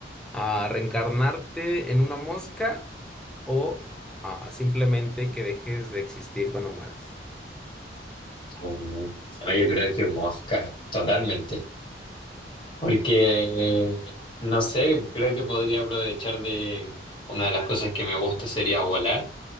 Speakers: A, in the centre; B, on the left.
A: ¿A reencarnarte en una mosca o ah, simplemente que dejes de existir cuando mueras?
B: Mm, No, yo creo que mosca, totalmente, porque no sé, creo que podría aprovechar de una de las cosas que me gusta sería volar,